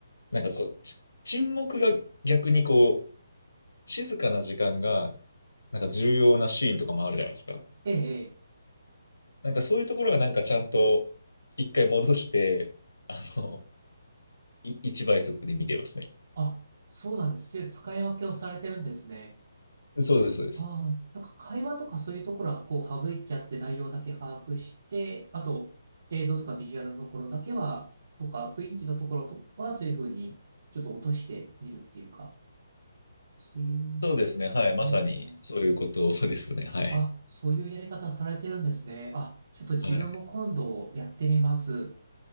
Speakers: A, on the left (about 85°); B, on the right (about 60°).
A: なんかこう、ち沈黙が逆にこう、静かな時間が、なんか重要なシーンとかもあるじゃないですか。
B: ええ、
A: なんかそういうところがなんかちゃんと一回戻して、あの、い、<laughs> 一倍速で見てますね。
B: あ、そうなんです。そういう使い分けをされてるんですね。
A: そうです、そうです。
B: ああ、なんか会話とかそういうところはこう省いちゃって内容だけ把握して、あと映像とかビジュアルのところだけは、とか雰囲気のところとはそういうふうにちょっと落としてみるっていうか、そういう、
A: そうですね。はい。まさにそういうことですね。
B: あ
A: はい。
B: あ、あ、そういうやり方されてるんですね。あ、ちょっと自分も今度やってみます。
A: はい。